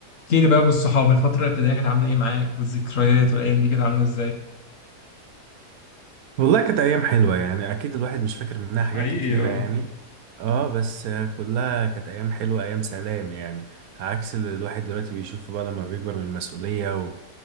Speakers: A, on the left; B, on the right.
A: احكي لي بقى بالصحاب الفترة الابتدائية كانت عاملة ايه معاك والذكريات والأيام دي كانت عاملة ازاي؟
B: والله كانت ايام حلوه يعني اكيد الواحد مش فاكر منها حاجات
A: حقيقي
B: كتيره
A: اه
B: يعني اه بس كلها كانت ايام حلوه ايام سلام يعني عكس اللي الواحد دلوقتي بيشوفه بقى لما بيكبر من مسؤوليه و...